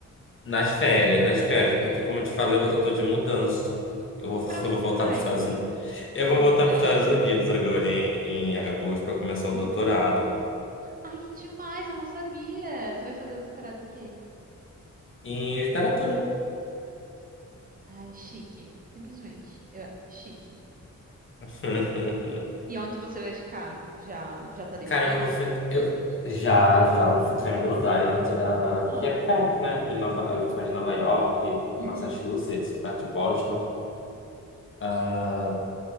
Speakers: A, on the left; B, on the right.
A: Nas férias, nas férias,
B: Uhum.
A: porque como eu te falei, eu eu tô de mudança. Eu vou,
B: Para
A: <laughs>
B: onde
A: eu vou
B: você
A: voltar
B: vai?
A: para os Estados Unidos. Eu vou
B: Não.
A: voltar para os Estados Unidos agora em, em agosto para começar o doutorado.
B: Ai, que demais, eu não sabia. Você vai fazer doutorado em quê?
A: Em literatura.
B: Ai, chique, simplesmente. Eu- chique.
A: <laughs>
B: E onde você vai ficar? Já já tá definido?
A: Cara, eu vou ficar. Eu... Já, já, eu vou ficar em Rhode Island, ah,
B: Oh.
A: que é perto, né? De Nova... ali perto de Nova York,
B: Uhum.
A: Massachusetts, perto de Boston. Ah,